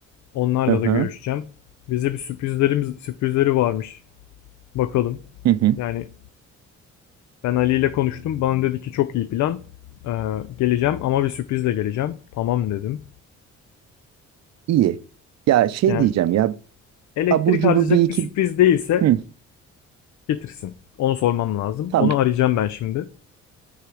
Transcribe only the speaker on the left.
Onlarla
da görüşeceğim. Bize bir sürprizlerimiz sürprizleri varmış. Bakalım.
Yani Ben Ali ile konuştum. Bana dedi ki çok iyi plan. Ee, geleceğim ama bir sürprizle geleceğim. Tamam dedim.
Yani
elektrik
harcayacak
bir sürpriz değilse
getirsin. Onu sormam lazım.
Onu arayacağım ben şimdi.